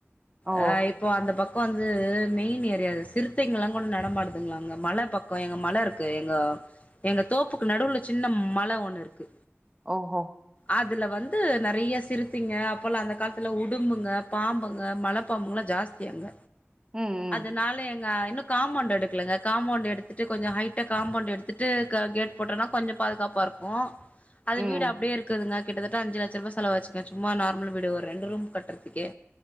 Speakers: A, on the right (about 15°); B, on the left (about 30°).
A: ஓ
B: ஆ இப்போ அந்த பக்ககோ வந்து மெயின் ஏ தெரியாது சிறுத்தைங்கல்லா கூட நடமாடுதுங்களா அங்க மல பக்கோ எங்க மல இருக்கு எங்க எங்க தோப்புக்கு நடுவுல சின்ன மல ஒன்னு இருக்கு
A: ஓ ஓ
B: அதுல வந்து நெறைய சிறுத்தைங்க அப்போல்லா அந்த காலத்துல உடும்புங்க பாம்புங்க மலப் மலப்பாம்புங்கல்லா ஜாஸ்தி அங்க
A: ம் ம்
B: அதனால எங்க இன்னு காம்பவுண்டு எடுக்கலங்க காம்பவுண்டு எடுத்துட்டு கொஞ்சோ ஹைட்டா காம்பவுண்டு எடுத்துட்டு க கேட் போட்டோனா கொஞ்சோ பாதுகாப்பா இருக்கு அது
A: ம்
B: வீடு அப்டியே இருக்குதுங்க கிட்டத்தட்ட அஞ்சு லட்ச ரூாவா செலவச்சுங்க சும்மா நார்மல் வீடு ஒரு ரெண்டு ரூம் கட்றதுகே